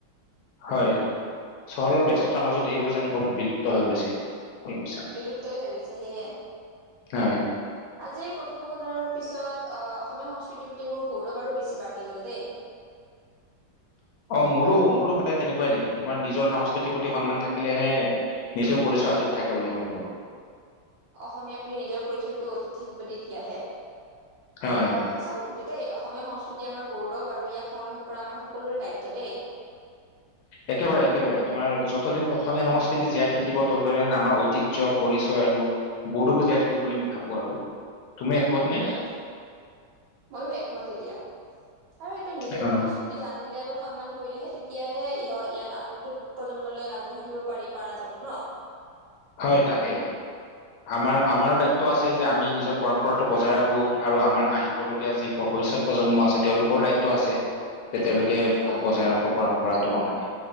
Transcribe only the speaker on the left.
হয় চহৰৰ ব্যস্ততাৰ মাজত এইবোৰ যেন কবাত বিলুপ্ত হৈ গৈছে। ঠিকে কৈছা
হয়
অ মোৰো মোৰো সদায় তেনেকুৱাই লাগে তোমাৰ নিজৰ সংস্কৃতিৰ প্ৰতি সন্মান থাকিলেহে নিজৰ পৰিচয় হাতত থাকে বুলি মই ভাবো
হয়
একেবাৰে একেবাৰে তোমাৰ য ততদিন অসমীয়া সংস্কৃতি জীয়াই থাকিব ততদন আমাৰ ঐতিজ্য পৰিচয় আৰু গৌৰৱবো জীয়াই থাকিব বুলি মই ভাবো আৰু তুমি একমত নে?
আহ
হয় তাকে আমাৰ আমাৰো দায়িত্ আছে যে আমি নিজক পৰম্পৰাটো বজাই ৰাখোঁ আৰু আমাৰ আহিবলগীয়া যি ভৱিষ্যত প্ৰজন্ম আছে তেওঁলোকৰ দায়িত্ব আছে তে তেওঁলোকে
বজাই ৰাখক পৰম্পৰাটো সমানে